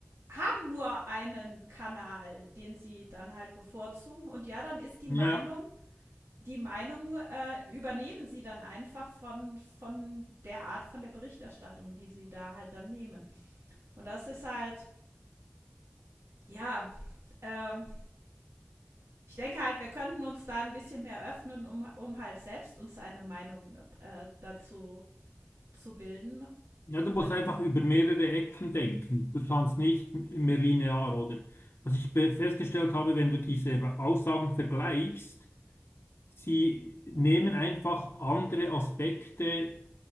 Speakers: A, on the right (about 90°); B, on the left (about 70°).
A: haben nur einen Kanal, den sie dann halt bevorzugen. Und ja, dann ist die
B: ja.
A: Meinung die Meinung äh, übernehmen sie dann einfach von, von der Art von der Berichterstattung, die sie da halt dann nehmen. Und das ist halt, ja, ähm, ich denke halt, wir könnten uns da ein bisschen mehr öffnen, um, um halt selbst uns eine Meinung äh, dazu zu bilden.
B: Ja,
A: Über,
B: du musst einfach über mehrere Ecken denken. Du kannst nicht mehr linear, oder? Was ich be- festgestellt habe, wenn du diese Aussagen vergleichst, sie nehmen einfach andere Aspekte